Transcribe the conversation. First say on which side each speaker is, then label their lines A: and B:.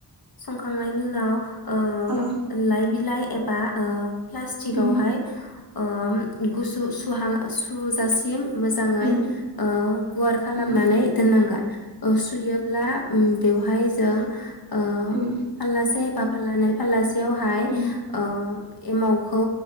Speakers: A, on the left; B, on the right.
A: संखांनायनि उनाव ओ
B: औ
A: लाइ बिलाइ एबा ओ प्लास्टिक
B: उम
A: आवहाय ओम गुसु सुहा सुजासिम मोजाङै
B: उम
A: ओ गुवार खालामनानै
B: उम
A: नांगोन ओ सुयोब्ला उम बेवहाय जों ओ
B: उम
A: फाललासे बा फाललानै फाललास से आवहाय
B: उम
A: ओम एमावखौ